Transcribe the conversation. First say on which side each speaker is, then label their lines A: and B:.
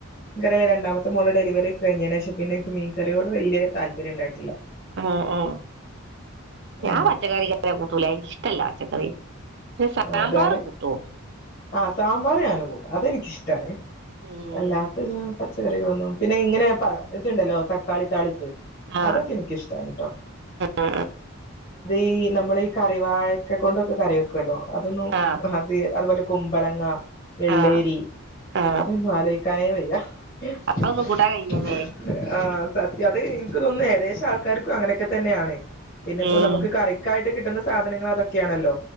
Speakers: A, on the left; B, on the right.
A: ഇക്കടെ രണ്ടാമത്തെ മോൾടെ സെലിവറി കഴിഞ്ഞതിന് ശേഷം പിന്നെ എനിക്ക് മീൻ കറിയോട് വലിയ താല്പര്യം ഉണ്ടായിട്ടില്ല
B: അ ആ ഞാൻ
A: അങ്ങനെ
B: പച്ചക്കറി വല്ലാതെ കൂട്ടൂല എനിക്ക് ഇഷ്ടല്ല പച്ചക്കറി സാമ്പാർ
A: അതാണ്
B: കൂട്ടുമോ
A: ആ സാമ്പാർ ഞാനും കൂട്ടും അതെനിക്ക് ഇഷ്ടമാണ്
B: ഉം
A: വല്ലാത്ത ഇതാ പച്ചക്കറി വന്നു പിന്നെ ഇങ്ങനെ കിറ്റ് ഉണ്ടല്ലോ തക്കാളി താളി
B: ആ
A: അതൊക്കെ എനിക്ക് ഇഷ്ടമാണ് കെട്ടോ
B: ആ
A: ഈ നമ്മളി കറി വാഴ കൊണ്ടം കറി വെക്കുമല്ലോ അതൊന്നും
B: ആ ആ
A: <unintelligible> കുമ്പളങ്ങ വെള്ളരി
B: ആ ആ ആ
A: അതൊന്നും ആലോചിക്കാനേ വയ്യ <unintelligible>
B: അതൊന്നും കൂട്ടാൻ കഴിയില്ലല്ലേ
A: ആ സത്യം എനിക്ക് തോന്നുന്നു ഏകദേശം മിക്ക ആൾക്കാർക്കൊക്കെ അങ്ങനെയൊക്കെ തന്നെയാണ് പിന്നെപ്പോ
B: ഉം
A: നമുക്ക് കറിക്കായ കിട്ടുന്ന സാധനങ്ങൾ അതൊക്കെയാണല്ലോ